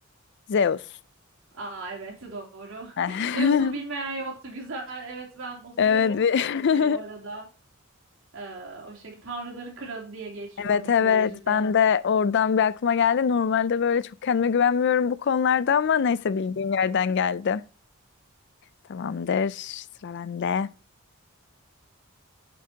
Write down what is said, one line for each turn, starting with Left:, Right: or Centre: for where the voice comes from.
Left: Zeus.
Right: Aa evet doğru.
Left: Heh.
Right: <laughs> Zeus'u bilmeyen
Left: <laughs>
Right: yoktur. Güzel. Evet ben o severim
Left: Evet.
Right: o
Left: bir-
Right: karakteri
Left: <laughs>
Right: bu arada. Ee, o şekilde Tanrıların Kralı diye geçiyor
Left: Evet
Right: mitolojide.
Left: evet. Ben de oradan bir aklıma geldi. Normalde böyle çok kendime güvenmiyorum bu konularda ama neyse bildiğim yerden geldi. Tamamdır. Sıra bende.